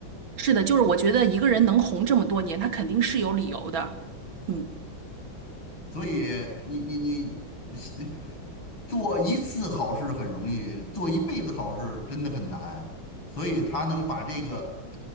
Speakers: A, on the right; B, on the left.
A: 是的，就是我觉得一个人能红这么多年，他肯定是有理由的。嗯，
B: 所以你你你是做一次好事很容易，做一辈子好事真的很难。所以他能把这个